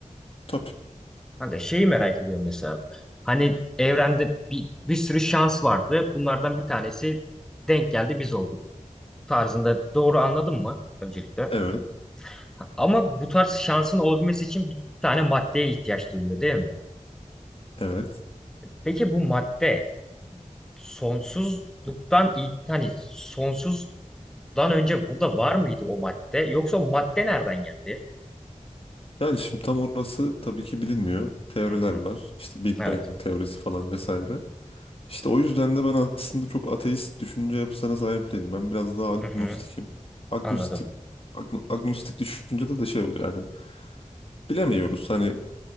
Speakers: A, on the left (about 45°); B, in the centre.
A: Tabii.
B: Kanka şeyi merak ediyorum mesela. Hani evrende bir, bir sürü şans vardı. Bunlardan bir tanesi denk geldi biz olduk. Tarzında doğru anladın mı öncelikle?
A: Evet.
B: Ha, Ama bu tarz şansın olabilmesi için bir tane maddeye ihtiyaç duyuluyor değil mi?
A: Evet.
B: Peki bu madde sonsuzluktan i- hani sonsuzdan önce burada var mıydı o madde? Yoksa o madde nereden geldi?
A: Yani şimdi tam orası tabii ki bilinmiyor. Teoriler
B: Hı hı.
A: var. İşte Big
B: Evet.
A: Bang teorisi falan vesaire. İşte o yüzden de ben aslında çok ateist düşünce yapısına sahip değilim. Ben biraz daha agnostikim.
B: Hı hı.
A: Agnostik
B: Anladım.
A: agno- agnostik düşüncede de şey oluyor yani bilemiyoruz hani